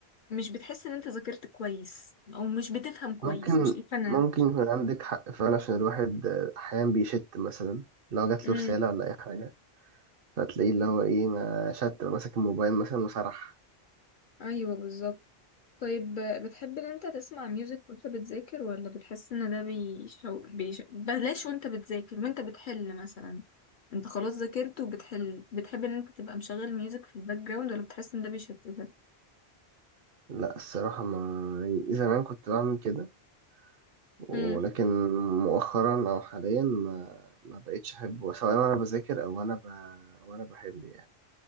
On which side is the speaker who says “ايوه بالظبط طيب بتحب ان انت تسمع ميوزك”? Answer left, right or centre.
Left